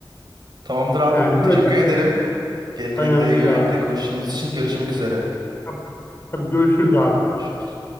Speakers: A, on the right (about 55°); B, on the left (about 30°).
A: Tamamdır abi.
B: Yani
A: Teşekkür
B: böyle.
A: ederim. Gelenekleri,
B: Önemli değil
A: görenekleri
B: abi.
A: konuştuğumuz için görüşmek üzere.
B: Tabii, tabii görüşürüz abi.
A: Görüşürüz.